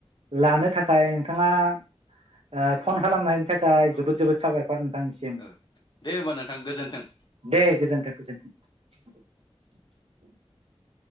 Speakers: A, on the right; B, on the left.
A: लानो थाखाय नोंथाङा ओ फन खालामनायनि थाख खाय
B: औ
A: जोबोद
B: नोंथां
A: जोबोद साबायखर नोंथां
B: औ दे ओमबा नोंथां गोजोन्थों।
A: दे <inaudible>